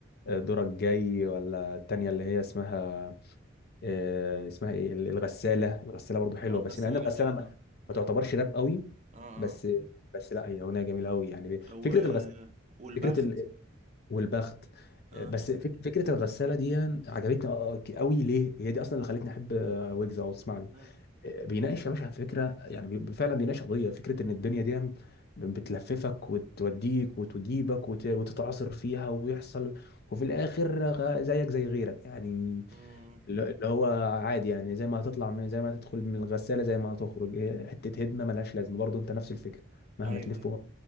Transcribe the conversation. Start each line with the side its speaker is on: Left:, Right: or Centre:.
Left: آه، دورك جاي ولا التانيه اللي هي اسمها آه، اسمها ايه ال- الغساله الغساله برضو حلوه
Right: اه الغسالة
Left: بس مع ان الغساله
Right: جميل
Left: ما
Right: اه
Left: ما تعتبرش راب قوي
Right: اه
Left: بس بس لا هي اغنيه جميله قوي يعني ب-
Right: آه. و...
Left: فكره الغساله
Right: والبخت
Left: فكره والبخت
Right: اه
Left: آه، بس فك- فكره الغساله دي عجبتني قوي ليه هي دي اصلا اللي خلتني احب آه، ويجز او اسمع له
Right: مم.
Left: آه، بيناقش يا باشا فكره يعني بي- فعلا بيناقش قضيه فكره ان الدنيا دي بتلففك وتوديك وتجيبك وت- وتتعاصر فيها ويحصل وفي الاخر غ- زيك زي غيرك يعني
Right: مم.
Left: اللي اللي هو عادي يعني زي ما هتطلع من زي ما هتدخل من الغساله زي ما هتخرج هي حته هدمه ملهاش لازمه برضه انت نفس الفكره مهما
Right: ايوه
Left: تلف
Right: ايوه